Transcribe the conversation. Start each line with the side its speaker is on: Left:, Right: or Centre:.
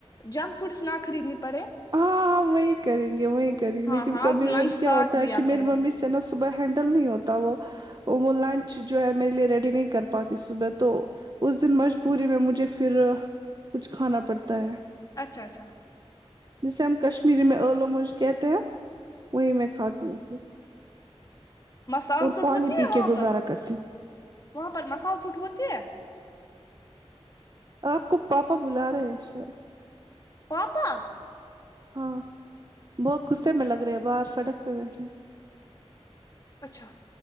Left: جنگس فوڈس نہ خریدنی پڑے
Right: ہاں ہاں وہی کریں گے وہی کریں گے
Left: ہاں
Right: لیکن
Left: ہاں
Right: کبھی
Left: آپ لنچ
Right: کبھی
Left: ساتھ
Right: کیا ہوتا
Left: لیا
Right: ہے کہ
Left: کرو
Right: میری ممی سے ن صبح ہینڈل نہیں ہوتا وہ وہ لنچ جو ہے میرے لیے ریڈی نہیں کر پاتی صبح تو اس دن مجبوری میں مجھے پھر کچھ کھانا پڑتا ہے
Left: اچھا اچھا
Right: جسے ہم کشمیری میں آلو مرج کہتے ہیں وہی میں کھاتی ہوں
Left: اچھا اچھا مسال
Right: اور
Left: چٹ
Right: پانی
Left: ہوتی
Right: پی
Left: ہے وہاں
Right: کے گزارا
Left: پر
Right: کرتی ہوں
Left: وہاں پر مسال چٹ ہوتی ہے
Right: آپ کو پاپا بلا رہے ہیں شاید
Left: پاپا
Right: ہاں بہت غصے میں لگ رہے باہر سڑک پہ بیٹھے
Left: اچھا